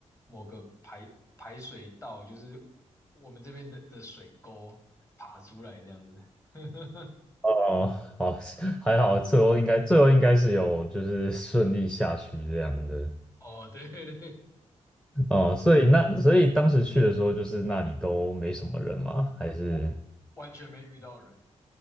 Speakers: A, on the left; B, in the centre.
A: 某个排排水道，就是我们这边的的水沟爬出来这样子。<laughs>
B: 哦，好，<laughs> 还好，最后应该最后应该是有就是顺利下去这样的。
A: 哦，对对 <laughs> 对，
B: 哦、所以那所以当时去的时候，就是那里都没什么人吗？还是？
A: 我完全没遇到人。